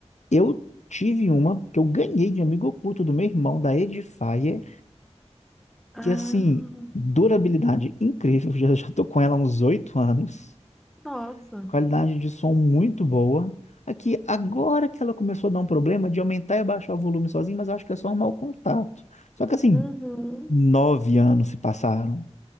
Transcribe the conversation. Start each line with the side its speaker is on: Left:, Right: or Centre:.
Left: Eu tive uma que eu ganhei de amigo oculto do meu irmão, da Edifier,
Centre: Ah,
Left: que assim, durabilidade incrível, <laughs> já, já tô com ela há uns oito anos,
Centre: nossa.
Left: qualidade de som muito boa. Aqui, agora que ela começou a dar um problema de aumentar e abaixar o volume sozinho, mas eu acho que é só um mau contato. Só que assim,
Centre: Uhum.
Left: nove anos se passaram,